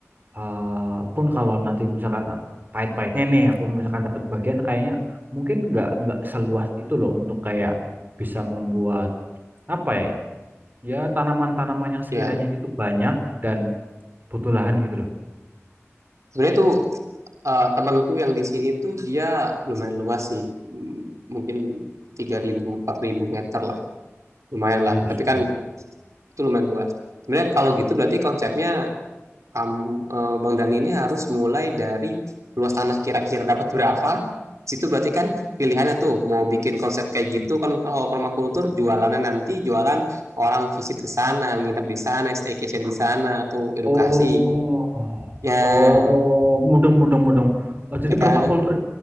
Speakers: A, on the right; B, on the right.
A: eh, pun kalau nanti misalkan ah, pahit-pahitnya nih, aku misalkan dapat bagian, kayaknya mungkin enggak enggak seluas itu loh untuk kayak bisa membuat apa ya? Ya tanaman-tanaman yang sekiranya
B: ya
A: itu banyak dan butuh lahan gitu loh.
B: sebenarnya tuh eh, temanku yang di sini tuh dia lumayan luas sih M- mungkin tiga ribu, empat ribu meter lah lumayan lah
A: Buset.
B: tapi kan itu lumayan luas sebenarnya kalau gitu berarti konsepnya kamu eh, Bang Dani ini harus mulai dari luas tanah kira-kira dapat berapa. Situ berarti kan pilihannya tuh mau bikin konsep kayak gitu kan kalau permakultur jualannya nanti jualan orang visit ke sana, nginep di sana, staycation di sana atau edukasi.
A: Oh, oh,
B: Ya,
A: oh, mudeng, mudeng, mudeng. Oh,
B: ya
A: jadi
B: kan?
A: permakultur